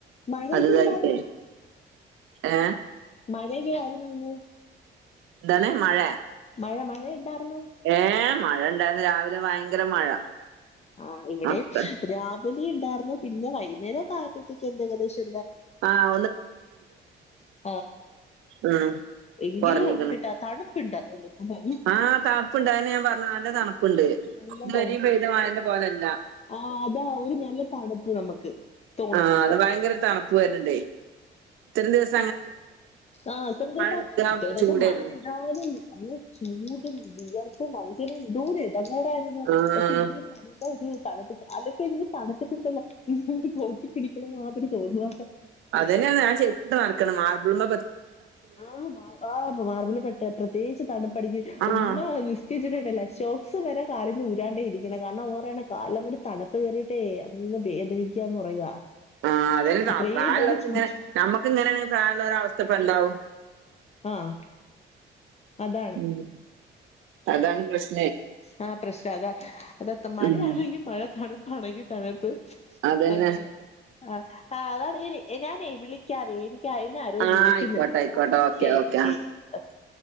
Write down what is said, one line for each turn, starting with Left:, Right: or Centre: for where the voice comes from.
Left: മഴയൊക്കെ
Right: വലുതായിട്ടേ
Left: ഉണ്ടായിരുന്നോ
Right: എ
Left: മഴയൊലൊ <unintelligible> ഇന്ന്
Right: എന്താണ് മഴ
Left: മഴ മഴ ഉണ്ടായിരുന്നോ
Right: ഏഹ് മഴ ഉണ്ടായിരുന്നു രാവിലെ ഭയങ്കര മഴ.
Left: ആഹ് ഇവിടെയും
Right: മക്ക
Left: രാവിലെ ഉണ്ടാരുന്നു പിന്നെ വൈകുന്നേരം ഒക്കെ ആയ പ്പോഴത്തേക്ക് എന്ത്‌ ഏകദേശം
Right: ആഹ്
Left: എ <unintelligible>
Right: ആഹ്
Left: എങ്കിലും
Right: കൊറഞ്ഞിക്കണ്
Left: ഉണ്ട്ട്ടാ തണുപ്പുണ്ട് അതുകൊണ്ട് ഇപ്പം നല്ല
Right: ആ തണുപ്പുണ്ടായ്ന്. പറഞ്ഞെ നല്ല തണുപ്പുണ്ട്.
Left: നല്ല
Right: ഇതുവരെയും
Left: തണുപ്പുണ്ട്
Right: പെയ്ത മഴേന്റെ പോലെയല്ല.
Left: ആഹ് അതാ ഒരു നല്ല തണുപ്പ് നമുക്ക്. തോന്നുന്നുണ്ട്
Right: ആഹ് അത് ഭയങ്കര തണുപ്പ് വരുന്നുണ്ടേ ഇത്ര ദിവസ
Left: ആഹ് <unintelligible> ഇത്ര ദിവസം
Right: നിക്കാ
Left: ഇത്ര ദിവസം
Right: ചൂടായിരുന്നു
Left: മഴ പെയ്താലും നല്ല ചൂട്. ടും വിയർപ്പും മനുഷ്യരും എന്തോര് ഇടങ്ങേറായിരുന്നു.
Right: ആഹ്
Left: പക്ഷെ ഇന്നൊരു നല്ലൊരു. തണുപ്പ് കാലൊതെ ഇങ്ങ് തണുത്തിട്ടുണ്ടല്ലോ ഈ കോച്ചി പിടിക്കണ മാതിരി തോന്നുവാ.
Right: അത് തന്നെയാ ഞാൻ ചെരുപ്പിട്ട് നടക്കണെ മാർബിള്ന്ന്
Left: ആഹ് മാപ ആഹ് മാർബിളി പെട്ട് പ്രത്യേകിച്ച് തണുപ്പടിക്കും
Right: ആഹ്
Left: ഉമ്മ നിസ്കരിച്ചിട്ടുണ്ടല്ലേ. സോക്സ് വരെ കാലേന്ന് ഊരാണ്ടാ ഇരിക്കണ് കാരണം ഓറെണ കാലിനൊരു തണുപ്പ് കേറിയിട്ടേ അങ്ങ് വേദനി നിക്ക പറയുവാ
Right: ആഹ് അത്
Left: ഇത്രയും
Right: പ്രായമുള്ളവർക്ക്
Left: കാലം ചൂട്
Right: ഇങ്ങനെ
Left: ചു
Right: നമ്മക്ക് ഇങ്ങനാണെ പ്രായമുള്ളവരെ അവസ്ഥ ഇപ്പം എന്താവും.
Left: ആഹ അതാണ്.
Right: ഉം അതാണ് പ്രശ്
Left: ആഹ് പ്രശ്ത അതാ മഴയാണെങ്കി
Right: ഉം
Left: മഴ തണുപ്പാണെങ്കി തണുപ്പ്.
Right: അതന്നെ
Left: അങ്ങനെയാണ് ആഹ് ആഹ് അതാണ് ഞാന് ഞാനേ വിളിക്കാവേ എനി ക്ക്‌ എന്നെ ആരോ
Right: ആഹ്
Left: വിളിക്കുന്നുണ്ട്ട്ടോ
Right: ആയിക്കോട്ടെ ആയിക്കോട്ടെ
Left: കേട്ടോ
Right: ഓക്കെ
Left: ശരി
Right: ഓക്കെ ആ
Left: ശരി